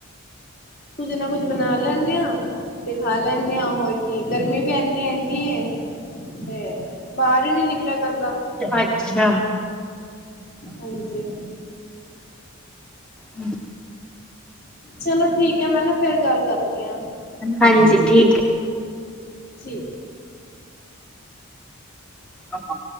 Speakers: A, on the left; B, in the centre.
A: ਕੁੱਝ ਨਾ ਕੁੱਝ ਬਣਾ ਲੈਂਨੇ ਹਾਂ ਤੇ। ਖਾ ਲੈਂਨੇ ਹਾਂ ਹੋਰ ਕੀ ਗਰਮੀ ਵੀ ਇਨੀ ਹੈਗੀ ਏ ਤੇ। ਬਾਹਰ ਹੀ ਨੀ ਨਿਕਲਿਆ ਜਾਂਦਾ।
B: ਅੱਛਾ
A: ਹਾਂਜੀ।
B: ਹਮ
A: ਚਲੋ ਠੀਕ ਹੈ, ਮੈਂ ਨਾ ਫੇਰ ਗੱਲ। ਕਰਨੀ ਆ,
B: ਹਾਂਜੀ ਠੀਕ।
A: ਠੀਕ।
B: ਹਾਂ ਹਾਂ।